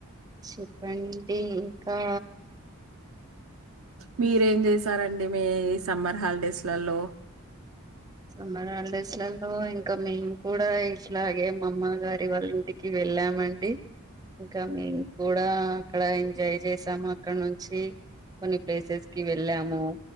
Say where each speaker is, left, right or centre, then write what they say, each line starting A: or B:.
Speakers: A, on the right; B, on the right.
A: చెప్పండి ఇంకా
B: మీరేం చేసారండి మీ సమ్మర్ హాలిడేస్లలో
A: సమ్మర్ హాలిడేస్లలో ఇంకా మేము కూడా ఇట్లాగే మా మ్మగారి వాళ్ళ ఇంటికి కి వెళ్ళామండి ఇంకా మేము కూడా అక్కడ ఎంజాయ్ చేసాము అక్కడ నుంచి కొన్ని ప్లేసెస్ కి వెళ్ళాము